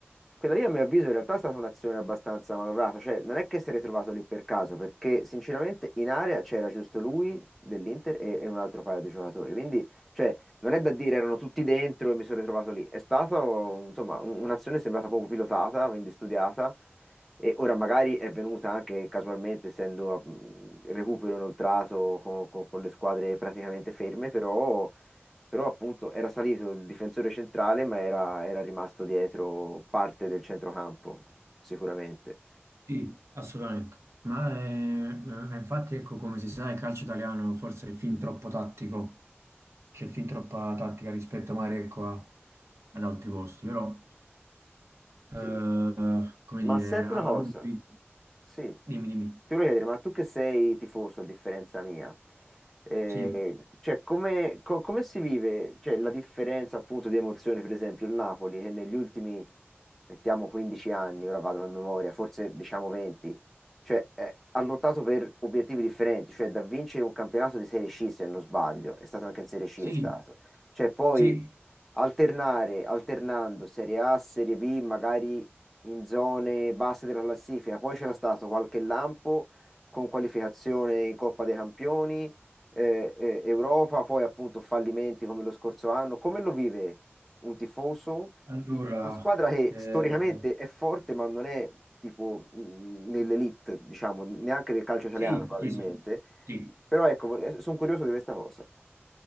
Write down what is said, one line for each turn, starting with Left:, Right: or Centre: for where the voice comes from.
Centre: Quella lì a mio avviso in realtà è stata un'azione abbastanza manovrata, cioè non è che si è ritrovato lì per caso, perché sinceramente in area c'era giusto lui dell'Inter e, e un altro paio di giocatori, quindi cioè, non è da dire erano tutti dentro e mi sono ritrovato lì, è stata insomma un- un'azione sembrata proprio pilotata, quindi studiata, e ora magari è venuta anche casualmente, essendo mh, recupero inoltrato con, con- con le squadre praticamente ferme, però però appunto era salito il difensore centrale, ma era, era rimasto dietro parte del centrocampo, sicuramente.
Right: Sì, assolutamente. Ma eh, ma infatti ecco come si sa il calcio italiano forse è fin troppo tattico. C'è fin troppa tattica rispetto magari ecco, a- ad altri posti, però, eh,
Centre: Sì,
Right: come
Centre: Ma
Right: dire,
Centre: senti
Right: alla
Centre: una cosa,
Right: lunga, vedi-
Centre: sì, ti
Right: dimmi, dimmi.
Centre: voglio chiedere, ma tu che sei tifoso a differenza mia, eh,
Right: Sì,
Centre: cioè come, co- come si vive, cioè, la differenza appunto di emozione, per esempio il Napoli che negli ultimi, mettiamo 15 anni, ora vado a memoria, forse diciamo 20, cioè eh, ha lottato per obiettivi differenti, cioè da vincere un campionato di Serie C se non sbaglio, è stato anche in Serie C
Right: sì,
Centre: è stato, cioè poi
Right: sì.
Centre: alternare, alternando Serie A, Serie B, magari in zone basse della classifica. Poi c'era stato qualche lampo con qualificazione in Coppa dei Campioni, eh, eh, Europa, poi appunto fallimenti come lo scorso anno. Come lo vive un tifoso
Right: Allora,
Centre: di una squadra che
Right: eh,
Centre: storicamente è forte, ma non è tipo mh, nell'elite, diciamo, neanche nel calcio italiano
Right: sì,
Centre: probabilmente.
Right: sì, sì, sì.
Centre: Però ecco, sono curioso di questa cosa.